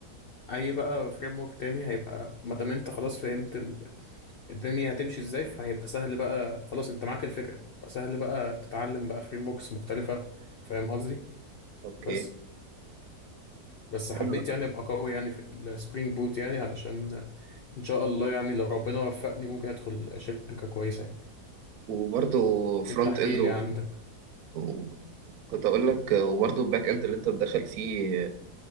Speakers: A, on the left; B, on the right.
A: اي بقى فريم ورك تاني هيبقى ما دام انت خلاص فهمت ال- الدنيا هتمشي ازاي فهيبقى سهل بقى خلاص انت معاك الفكره فسهل بقى تتعلم بقى فريم وركس مختلفه فاهم قصدي
B: أوكي
A: بس بس حبيت
B: حلو
A: يعني ابقى قوي يعني في السبرينج بوت يعني علشان ان شاء الله يعني لو ربنا وفقني ممكن ادخل شركه كويسه يعني
B: وبرضه فرونت
A: انت احكي
B: اند
A: لي
B: و...
A: عندك
B: و- كنت اقول لك وبرضه الباك اند اللي انت بتدخل فيه